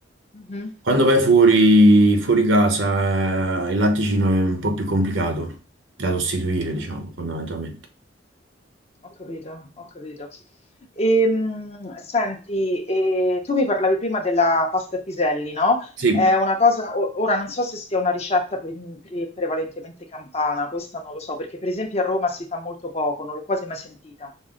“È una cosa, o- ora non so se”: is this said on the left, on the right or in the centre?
Left